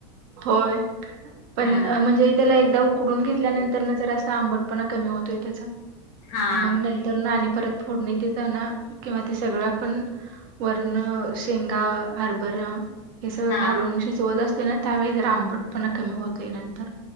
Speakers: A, on the right (about 40°); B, on the left (about 35°).
A: होय पण
B: हा
A: म्हणजे त्याला एकदा उकडून घेतल्यानंतर न जरासा आंबटपणा कमी होतोय त्याचा,
B: हा
A: मग नाही. त्यांना आणी परत फोडणी देताना, किंवा ते सगळं आपण वरनं शेंगा, हरबरा हे सगळं
B: हा
A: घालून शिजवत असते ना त्यावेळी जरा आंबट पणा कमी होतय, नंतर